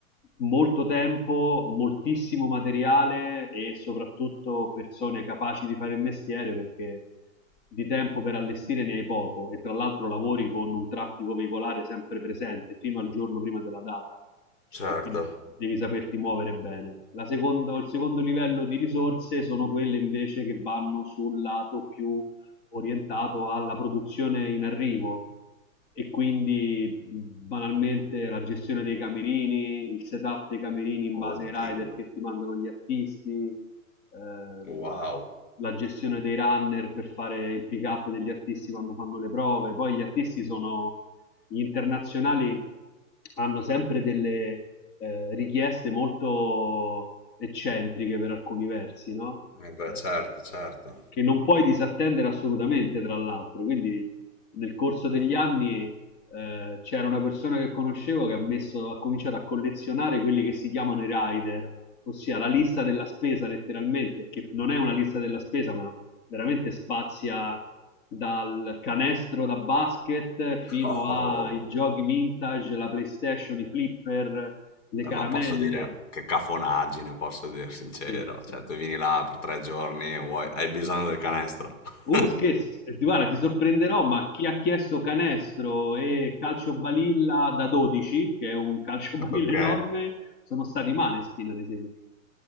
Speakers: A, on the left; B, on the left.
A: molto tempo, moltissimo materiale e soprattutto persone capaci di fare il mestiere perché di tempo per allestire ne hai poco e tra l'altro lavori con un traffico veicolare sempre presente fino al giorno prima della data
B: Certo.
A: e quindi devi saperti muovere bene. La secondo- il secondo livello di risorse sono quelle invece che vanno sul lato più orientato alla produzione in arrivo e quindi banalmente la gestione dei camerini, il setup dei camerini in base
B: Oddio.
A: ai rider che ti mandano gli artisti, ehm,
B: Wow.
A: la gestione dei runner per fare il pick up degli artisti quando fanno le prove. Poi gli artisti sono gli internazionali hanno sempre delle eh, richieste molto eccentriche per alcuni versi, no?
B: Eh beh,
A: Eh,
B: certo, certo.
A: che non puoi disattendere assolutamente, tra l'altro. Quindi nel corso degli
B: Mhm.
A: anni eh, c'era una persona che conoscevo che ha, messo, ha cominciato a collezionare quelli che si chiamano i rider, ossia la lista della spesa letteralmente, che non è una lista della spesa, ma veramente spazia dal canestro da basket fino
B: Oh,
A: ai giochi vintage, la PlayStation, i flipper, le
B: Eh,
A: caramelle.
B: ma posso dire che cafonaggine, posso dire sincero.
A: Sì, sì.
B: Cioè, tu vieni là per tre giorni, vuoi... hai bisogno del canestro.
A: Uh,
B: <laughs>
A: scherzi, s- guarda, ti sorprenderò, ma chi ha chiesto canestro e calcio balilla da 12, che è un calcio <laughs> balilla
B: Ok?
A: enorme, sono stati i Maneskin, ad esempio.